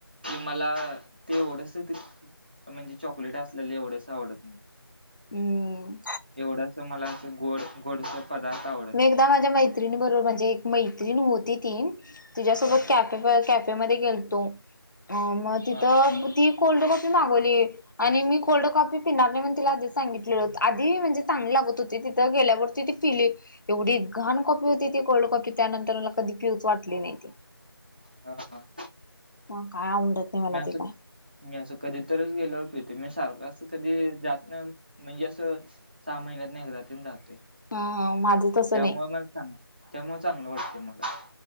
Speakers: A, on the right; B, on the left.
A: की मला ते एवढसं ते म्हणजे चॉकलेट असलेलं एवढसं आवडत नाहीे ते.
B: हम्म
A: एवढसं मला असं गोड गोडसर पदार्थ आवड
B: मी एकदा माझ्या मैत्रिणी बरोबर म्हणजे एक मैत्रीण होती ती तिझ्यासोबत
A: अ
B: कॅप् कॅफे मध्ये गेलतो मग तिथं
A: हा
B: ती कोल्ड कॉपी मागवली. आणि मी कोल्ड कॉपी पिणार नाही म्हणून तिला आधीच सांगितलेलो आधी म्हणजे चांगली लागत होती तिथं गेल्यावरती ती पिली. एवढी घाण कॉपी होती ती कोल्ड कॉपी त्यानंतर मला कधी पिऊच वाटली नाही ती.
A: हा हा.
B: मग काय आवडत? नाही मला
A: मॅस
B: ते काय
A: मी असं कधीतरच गेल्यावर पितोय मी सारखं अस कधी जात नाही म्हणजे असं सहा महिन्यातन एकदातीन जातोय.
B: ह ह माझं तसं
A: त्यामुळ
B: नाही
A: चांग-त्यामुळ चांगलं वाटतं मला.